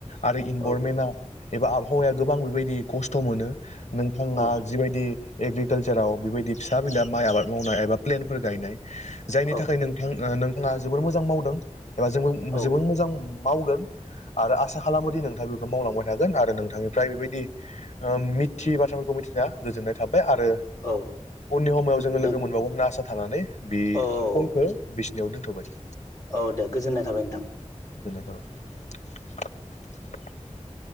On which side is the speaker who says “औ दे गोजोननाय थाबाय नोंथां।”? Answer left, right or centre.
Left